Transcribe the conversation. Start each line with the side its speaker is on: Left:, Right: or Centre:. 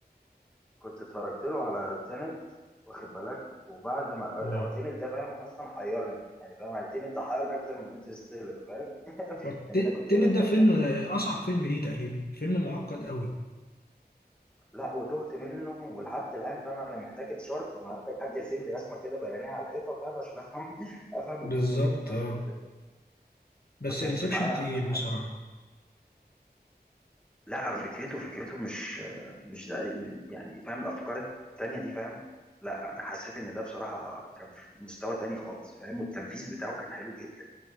Centre: كنت اتفرجت له على تينت واخد بالك وبعد ما
Left: اه
Centre: آه، تينت ده فاهم اصلا حيرني يعني فاهم يعني تينت ده حيرني اكتر من انترستيلر فاهم <laughs>
Left: والتنت
Centre: يعني انا كنت هنا في
Left: ده
Centre: حته
Left: فيلم آه، اصعب فيلم ليه تقريبا فيلم معقد قوي
Centre: لا وتهت منه ولحد الان فاهم انا محتاج تشارت يعني محتاج حد يرسم لي رسمه كده بيانيه على الحيطه فاهم عشان افهم <laughs> افهم
Left: بالظبط
Centre: الدنيا اللي كانت ماشيه
Left: اه
Centre: ازاي
Left: بس
Centre: ما كانش
Left: انسبشن
Centre: معايا
Left: تقيل
Centre: احسن
Left: بصراحه
Centre: حاجه لا فكرته فكرته مش مش ده يعني فاهم الافكار التانيه دي فاهم لا انا حسيت ان ده بصراحه كان في مستوى تاني خالص فاهم والتنفيذ بتاعه كان حلو جدا